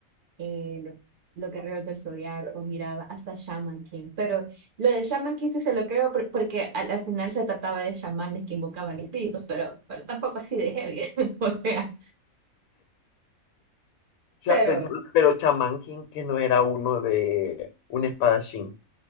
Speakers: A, on the right; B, on the left.
A: eh, lo- los Guerreros del Zodiaco, miraba hasta Shaman King. Pero lo de Shaman King sí se lo creo por- porque al, al final se trataba de chamanes que invocaban espíritus, pero, pero tampoco así de heavy. <laughs> O sea,
B: cha-
A: pero.
B: pero, pero Shaman King, que no era uno de un espadachín.